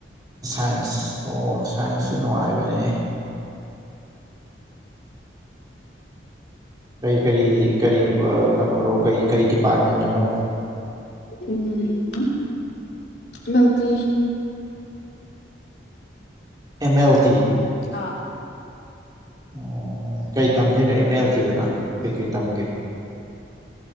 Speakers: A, on the right; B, on the left.
A: ꯁꯥꯏꯟꯁ ꯑꯣ ꯁꯥꯏꯟꯁꯁꯨ ꯅꯨꯡꯉꯥꯏꯕꯅꯦ ꯀꯔꯤ ꯀꯔꯤ ꯀꯔꯤ ꯀꯩꯅꯣꯔꯣ ꯀꯔꯤ ꯀꯔꯤ ꯗꯤꯄꯥꯔꯠꯃꯦꯟꯗꯅꯣ
B: ꯎꯝ ꯃꯇ
A: ꯑꯦꯝ ꯑꯦꯜ ꯇꯤ
B: ꯑꯥ
A: ꯑꯣ ꯀꯩ ꯇꯝꯗꯣꯏꯅꯣ ꯑꯦꯝ ꯑꯦꯜ ꯇꯤꯗꯅ ꯀꯩꯀꯩ ꯇꯝꯒꯦ